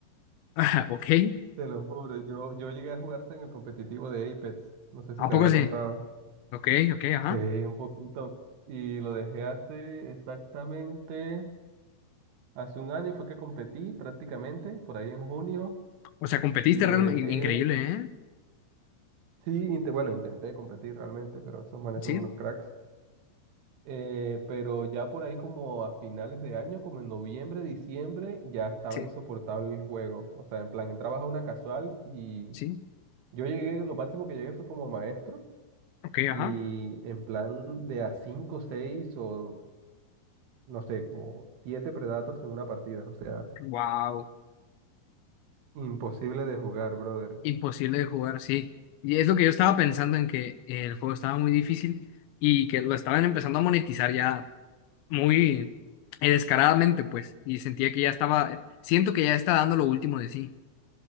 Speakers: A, on the left (about 75°); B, on the right (about 80°).
A: <laughs> ok,
B: Te lo juro, yo, yo llegué a jugar hasta en el competitivo de Apex. No sé
A: ¿a
B: si te
A: poco
B: había
A: sí?
B: contado.
A: Ok, ok, ajá.
B: Sí, un poquito. Y lo dejé hace exactamente, hace un año fue que competí prácticamente, por ahí en junio,
A: O sea, competiste
B: y lo
A: realmente
B: dejé,
A: in- increíble, ¿eh?
B: sí, inte- bueno, intenté competir realmente, pero esos manes
A: Sí,
B: son unos cracks. Eh, pero ya por ahí como a finales de año, como en noviembre, diciembre, ya estaba
A: sí,
B: insoportable el juego. O sea, en plan, entrabas a una casual y
A: sí.
B: yo llegué, lo máximo que llegué fue como maestro
A: Ok,
B: y
A: ajá.
B: en plan de a 5 6 o no sé, como 7 Predators en una partida. O sea,
A: Wow.
B: imposible de jugar, brother.
A: Imposible de jugar, sí. Y es lo que yo estaba pensando en que el juego estaba muy difícil y que lo estaban empezando a monetizar ya muy eh, descaradamente, pues. Y sentía que ya estaba, siento que ya está dando lo último de sí.